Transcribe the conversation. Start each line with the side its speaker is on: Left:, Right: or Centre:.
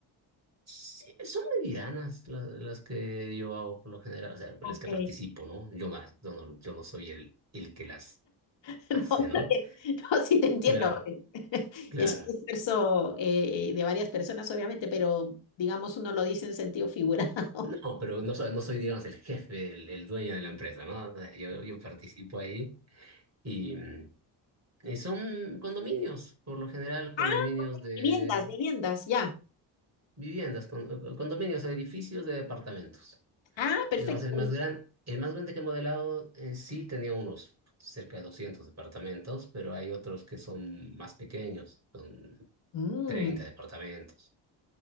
Right: Sí, son medianas la- las, que yo hago por lo general, o sea, pues,
Left: Ok.
Right: las que participo, ¿no? Yo, más, yo, no, yo no soy el, el que las
Left: <laughs> No,
Right: hace,
Left: está
Right: ¿no?
Left: bien. No, sí te entiendo.
Right: Claro,
Left: <laughs>
Right: claro.
Left: Es un esfuerzo eh, de varias personas, obviamente, pero digamos uno lo dice en sentido figurado.
Right: No,
Left: <laughs>
Right: pero no soy, no soy, digamos, el jefe, el, el dueño de la empresa, ¿no? O sea, Yo, yo participo ahí y, mm, y son condominios, por lo general, condominios
Left: Ah,
Right: de
Left: viviendas, viviendas, ya.
Right: viviendas, con- eh, condominios, edificios de departamentos.
Left: Ah, perfecto.
Right: Digamos, el más gran, el más grande que he modelado en sí tenía unos cerca de 200 departamentos, pero hay otros que son más pequeños, son
Left: Mm.
Right: 30 departamentos.